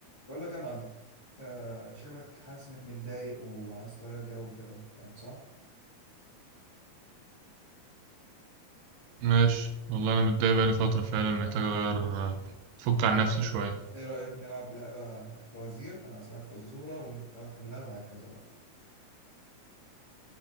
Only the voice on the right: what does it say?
ماشي والله أنا متضايق بقالي فترة فعلا محتاج أغير آه، أفك عن نفسي
شوية